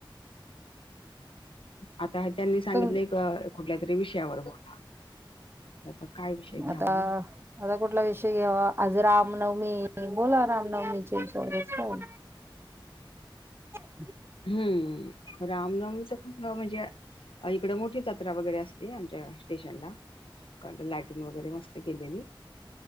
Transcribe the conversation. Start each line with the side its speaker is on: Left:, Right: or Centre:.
Left: आता त्यांनी सांगितले
Right: तर
Left: एक कुठल्या तरी विषयावर बोला त्याचा काय विषय घ्यावा
Right: आता. आता कुठला विषय घ्यावा. आज रामनवमी बोला रामनवमीचे ह्याच्यावर काय हम् <unintelligible>
Left: हम्म.. रामनवमीच कुठलं म्हणजे इकडं मोठी जत्रा वगैरे असते आमच्या स्टेशनला काल लाईंटिंग वगैरे मस्त केलेली